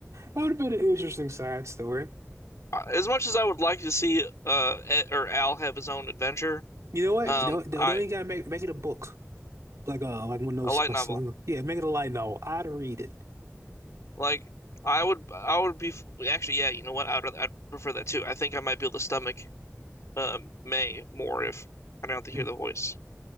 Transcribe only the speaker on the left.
Uh, As much as I would like to see uh Ed, or Al have his own adventure,
Um,
I
a light
novel.
Like I would, I would be actually, yeah. You know what? I'd rather- I'd prefer that too. I think I might be able to stomach um May more if I don't have to hear
the voice.